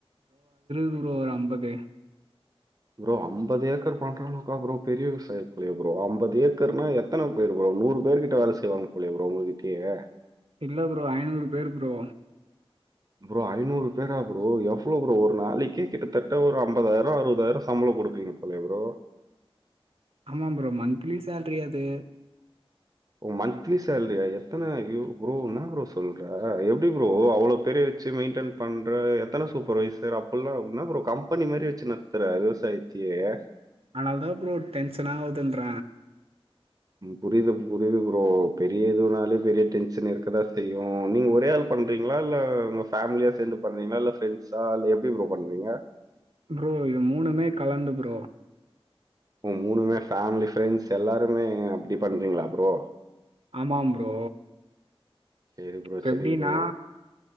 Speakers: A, on the right (about 70°); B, on the right (about 40°).
A: க்கு ஃப்ரோ ஒரு அம்பது
B: ஃப்ரோ அம்பது ஏக்கர் பண்றனாக்கா ஃப்ரோ பெரிய விவசாயி ஃப்ரோ அம்பது ஏக்கர்னா எத்தன பேர் ஃப்ரோ ஒரு நூறு பேர் கிட்ட வேல செய்வாங்க போல ஃப்ரோ உங்ககிட்டயே
A: இல்ல ஃப்ரோ ஐநூறு பேரு ஃப்ரோ
B: ஃப்ரோ ஐநூறு பேரா ஃப்ரோ எவ்ளோ ஃப்ரோ ஒரு நாளைக்கே கிட்டத்தட்ட ஒரு ஐம்பதாயிரோ அறுவதாயிரோ சம்பளொ குடுக்குறீங்கப்போலயே ஃப்ரோ
A: ஆமா ஃப்ரோ மந்த்லி செலரி அது
B: மந்த்லி சேலரியா எத்தன ஃப்ரோ என்ன ஃப்ரோ சொல்ற எப்டி ஃப்ரோ அவ்ளோ பெரிய ச்சு மெயின்டன் பண்ற எத்தன சூப்பர்வைசர் அப்புல்லா என்ன ஃப்ரோ கம்பனி மாரி வச்சு நடத்துற விவசாயத்த யே
A: ஆனாலதா ஃப்ரோ டென்ஷனா ஆவுதுன்ற
B: புரியது புரியுது ஃப்ரோ பெரிய எதுவுனாலே பெரிய டென்ஷன் இருக்கதா செய்யு நீங்க ஒரே ஆள் பண்றீங்களா இல்ல உங்க ஃபேமிலியா சேர்ந்து பண்றீங்களா இல்ல ப்ரெண்ட்ஸா இல்ல எப்டி ஃப்ரோ பண்றீங்க
A: ஃப்ரோ இது மூணுமே கலந்து ஃப்ரோ
B: ஓ மூணுமே ஃபேமிலி ஃப்ரெண்ட்ஸ் எல்லாருமே அப்டி பண்றீங்களா ஃப்ரோ
A: ஆமாம் ஃப்ரோ
B: சரி ப்ரோ,
A: இப்ப
B: சரி
A: எப்டின்னா
B: ப்ரோ.